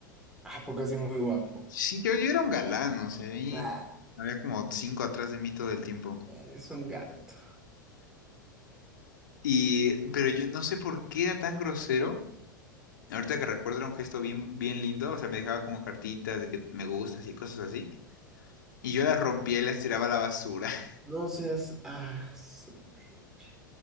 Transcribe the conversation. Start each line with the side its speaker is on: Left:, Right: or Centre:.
Centre: Ah, porque así muy guapo.
Left: Sí, yo, yo era un galán, o sea, y
Centre: Ah,
Left: había como cinco atrás de mí todo el tiempo.
Centre: eres un gato.
Left: Y, pero yo no sé por qué era tan grosero. Ahorita que recuerdo era un gesto bien, bien lindo, o sea, me dejaba como cartitas de que me gustas y cosas así. Y yo las rompía y las tiraba a la basura. <laughs>
Centre: No seas. Ah, su mecha.